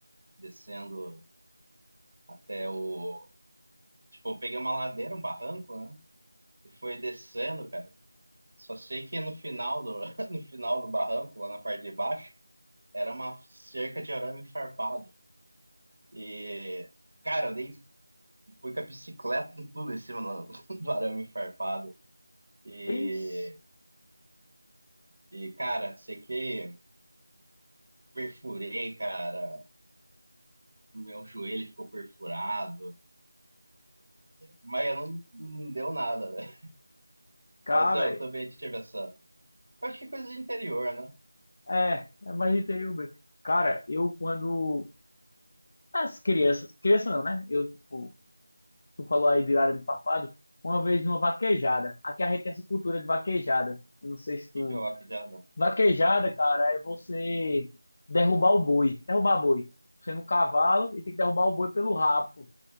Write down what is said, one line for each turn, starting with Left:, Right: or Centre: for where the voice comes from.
Right: descendo até o. Tipo, eu peguei uma ladeira, um barranco, né? E foi descendo, cara. Só sei que no final do, <laughs> no final do barranco, lá na parte de baixo, era uma cerca de arame farpado. E, cara, eu dei, fui com a bicicleta <laughs> e tudo em cima do, <laughs> do arame farpado. E,
Left: Ixi,
Right: e, cara, sei que perfurei, cara. Meu joelho ficou perfurado. Mas eu não, não deu nada, velho.
Left: Cara,
Right: Mas eu também tive essa. Acho que é coisa de interior, né?
Left: é, é mais interior mesmo. Cara, eu quando. As crianças. Criança não, né? Eu, tipo, tu falou aí de arame farpado, uma vez numa vaquejada. Aqui a gente tem essa cultura de vaquejada. Eu não sei se tu.
Right: Que que eu acho já não.
Left: Vaquejada, cara, é você derrubar o boi. Derrubar boi. Você no cavalo e tem que derrubar o boi pelo rabo. pô.